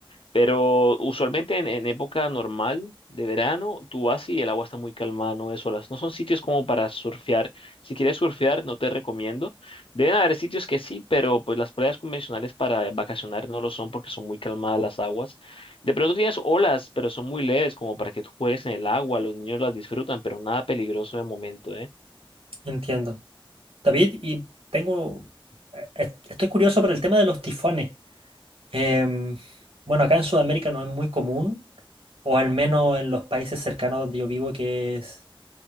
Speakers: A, on the left; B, on the right.
A: Pero usualmente en, en época normal de verano, tú vas y el agua está muy calmada, no ves olas. No son sitios como para surfear. Si quieres surfear, no te recomiendo. Deben haber sitios que sí, pero pues las playas convencionales para vacacionar no lo son porque son muy calmadas las aguas. De pronto tienes olas, pero son muy leves como para que tú juegues en el agua. Los niños las disfrutan, pero nada peligroso de momento, ¿eh?
B: <laughs> Entiendo. David, y tengo... eh, eh, Estoy curioso por el tema de los tifones. Em, bueno, acá en Sudamérica no es muy común, o al menos en los países cercanos donde yo vivo, que es,